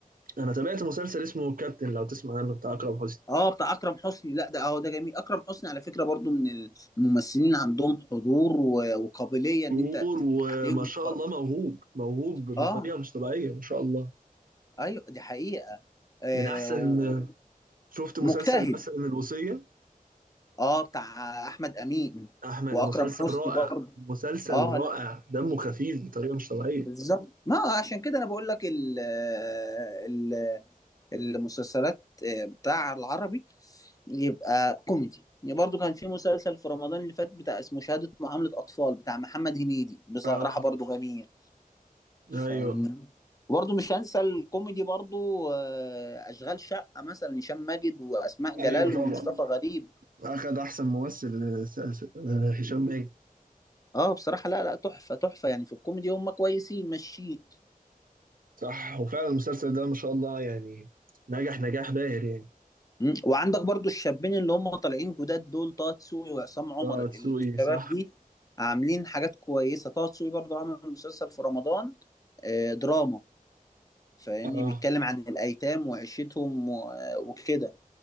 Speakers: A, on the right (about 70°); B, on the left (about 25°).
A: انا تابعت مسلسل اسمه كابتن لو تسمع عنه بتاع اكرم حسني
B: اه بتاع اكرم حسني لا ده اهو ده جميل اكرم حسني على فكرة برضو من الممثلين عندهم حضور و- وقابلية ان
A: دور
B: انت تضحك
A: وما
B: عليهم وتتفرج
A: شاء الله موهوب موهوب
B: اه
A: بطريقه مش طبيعيه ما شاء الله
B: ايوه دي حقيقة آه
A: من احسن
B: و-
A: شفت مسلسل
B: مجتهد
A: مثلا الوصيه
B: اه بتاع احمد امين
A: احمد
B: واكرم
A: مسلسل
B: حسني
A: رائع
B: برضو
A: مسلسل
B: اه
A: رائع
B: لا
A: دمه خفيف بطريقه مش طبيعيه
B: بالظبط ما عشان كده انا بقول لك ال ال المسلسلات آه، بتاع العربي يبقى كوميدي يعني برضو كان في مسلسل في رمضان اللي فات بتاع اسمه شهادة معاملة أطفال بتاع محمد هنيدي بصراحة
A: اه
B: برضو جميل
A: ايوه
B: فاهمني وبرضو مش هنسى الكوميدي برضو آه، أشغال شقة مثلا هشام ماجد وأسماء
A: ايوه
B: جلال
A: طبعا
B: ومصطفى غريب
A: أخد أحسن ممثل س- س- هشام ماجد
B: اه بصراحة لا لا تحفة تحفة يعني في الكوميدي هم كويسين ماشيين
A: صح وفعلا المسلسل ده ما شاء الله يعني نجح نجاح باهر يعني
B: مم. وعندك برضو الشابين اللي هم طالعين جداد دول طه دسوقي وعصام عمر
A: اه
B: الشباب
A: دسوقي صح
B: دي عاملين حاجات كويسة طه دسوقي برضو عمل مسلسل في رمضان آه، دراما فاهمني
A: اه
B: بيتكلم عن الأيتام وعيشتهم و- آه، وكده